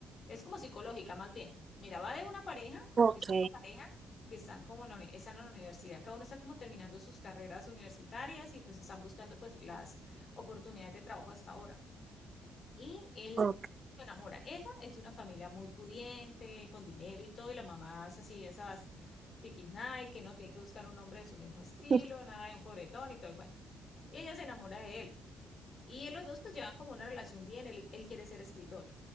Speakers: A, on the left; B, on the right.
A: Es como psicológica, más bien. Mira, va de una pareja,
B: Ok,
A: es una pareja que están como en la, uni- están en la universidad, cada uno está como terminando sus carreras universitarias y pues están buscando pues las oportunidades de trabajo hasta ahora. Y él
B: ok.
A: se enamora. Ella es de una familia muy pudiente, con dinero y todo, y la mamá es así, esas night que no tiene que buscar un hombre de su mismo estilo,
B: <laughs>
A: nada de un pobretón y todo el cuento. Y ella se enamora de él. Y él, los dos pues llevan como una relación bien, él, él quiere ser escritor.